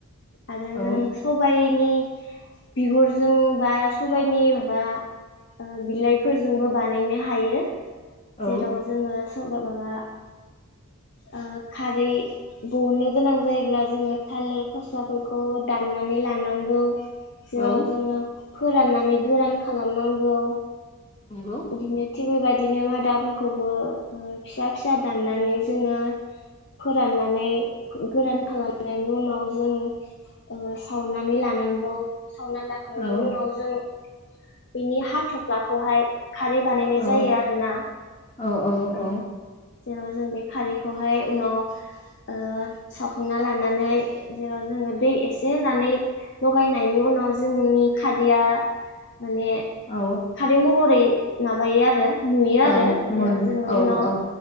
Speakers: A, on the left; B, on the left.
A: आरो
B: औ
A: जों सबायनि बिगुरजों बा सबायनि माबा ओ बिलाइफोरजोंबो बानायनो हायो
B: औ
A: जेराव जोङो सबा माबा आ खारि दिहुन्नो गोनां जायोब्ला जोङो थालिर फस्लाफोरखौ दाननानै लानांगौ जेराव
B: औ
A: जोङो फोराननानै गोरान खालामनांगौ
B: नंगौ।
A: बिदिनो थिग बेबायदि बिदिनो मादाफोरखौबो ओ फिसा फिसा दाननानै जोङो फोराननानै गोरान खालामनायनि उनाव जों ओ सावनानै लानांगौ सावनानै लाखांनायनि
B: औ
A: उनाव जों बिनि हाथफ्लाखौहाय खारै बानायनाय
B: औ
A: जायो आरो ना
B: औ औ
A: ओ
B: औ
A: जेराव जों बे खारैखौहाय उनाव ओ सावखांना लानानै जेराव जोङो दै एसे होनानै लगायनायनि उनाव जोंनि खारैया माने
B: औ
A: खारै महरै माबायो आरो। नुयो आरो
B: औ मोनो
A: जेराव जोङो
B: औ
A: उनाव
B: औ